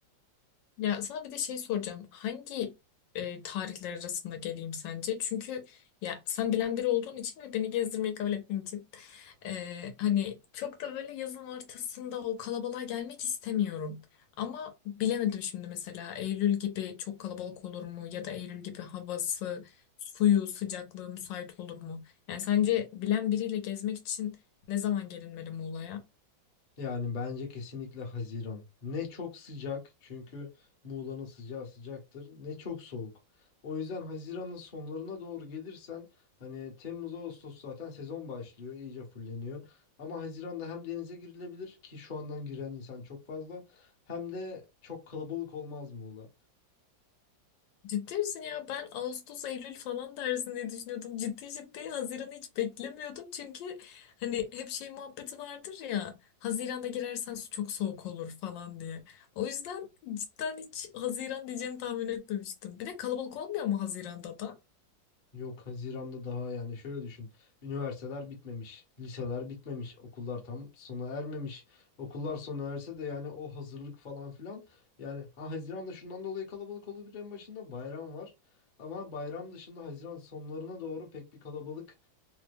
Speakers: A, on the left; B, on the left.
A: Ya sana bir de şey soracağım. Hangi e, tarihler arasında geleyim sence? Çünkü ya sen bilen biri olduğun için ve beni gezdirmeyi kabul ettiğin için e, hani çok da böyle yazın ortasında o kalabalığa gelmek istemiyorum. Ama bilemedim şimdi mesela Eylül gibi çok kalabalık olur mu ya da Eylül gibi havası, suyu, sıcaklığı müsait olur mu? Yani sence bilen biriyle gezmek için ne zaman gelinmeli Muğla'ya?
B: Yani bence kesinlikle Haziran. Ne çok sıcak çünkü Muğla'nın sıcağı sıcaktır. Ne çok soğuk. O yüzden Haziran'ın sonlarına doğru gelirsen hani Temmuz Ağustos zaten sezon başlıyor, iyice fulleniyor. Ama Haziran'da hem denize girilebilir ki şu andan giren insan çok fazla hem de çok kalabalık olmaz Muğla.
A: Ciddi misin ya? Ben Ağustos, Eylül falan dersin diye düşünüyordum. Ciddi ciddi Haziran'ı hiç beklemiyordum. Çünkü hani hep şey muhabbeti vardır ya. Haziran'da girersen su çok soğuk olur falan diye. O yüzden cidden hiç Haziran diyeceğini tahmin etmemiştim. Bir de kalabalık olmuyor mu Haziran'da da?
B: Yok Haziran'da daha yani şöyle düşün. Üniversiteler bitmemiş, liseler bitmemiş, okullar tam sona ermemiş. Okullar sona erse de yani o hazırlık falan filan. Yani ha Haziran'da şundan dolayı kalabalık olabilir en başında bayram var. Ama bayram dışında Haziran sonlarına doğru pek bir kalabalık